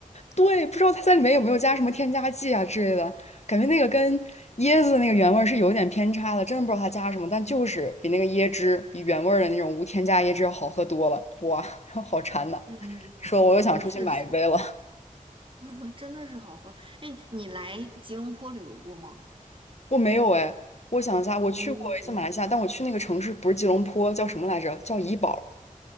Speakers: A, on the left; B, on the right.
A: 对，不知道它在里面有没有加什么添加剂啊之类的，感觉那个跟椰子那个原味儿是有点偏差的，真的不知道它加什么，但就是比那个椰汁，比原味儿的那种无添加椰汁要好喝多了。哇，<laughs> 好馋呐！
B: 嗯嗯，
A: 说我又想出去买一杯了。
B: 嗯确实。<laughs> 真的是好喝。哎，你来吉隆坡旅游过吗？
A: 我没有哎，我想一下，我去过一次马来西亚，
B: 哦，嗯
A: 但我去那个城市不是吉隆坡，叫什么来着？叫怡保。